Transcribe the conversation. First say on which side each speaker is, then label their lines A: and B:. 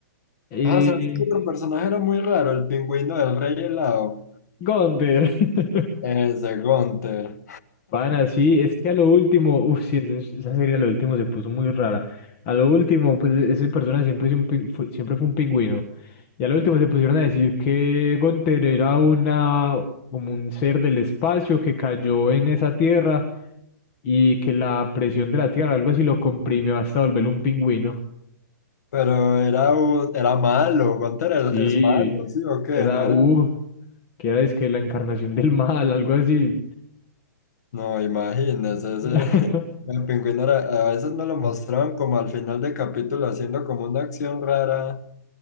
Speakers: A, on the left; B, on the left.
A: Eh,
B: Ah, ¿sabes qué otro personaje era muy raro? El pingüino del Rey Helado,
A: Gonder. <laughs>
B: ese Gunther.
A: Pana, sí, es que a lo último, uff, sí, esa es- esa serie a lo último se puso muy rara. A lo último, pues e-, ese personaje siempre, es un pin- fue, siempre fue un pingüino. Y a lo último se pusieron a decir que Gunther era una, como un ser del espacio que cayó en esa tierra y que la presión de la tierra, algo así, lo comprimió hasta volverlo un pingüino.
B: Pero era, un- era malo, Gunther era-
A: Sí,
B: es malo, ¿sí o qué?
A: que era,
B: No era,
A: uh, que era, es que la encarnación del mal, algo así.
B: no, imagínese, ese,
A: <laughs>
B: <laughs> el pingüino era- a veces no lo mostraban como al final del capítulo haciendo como una acción rara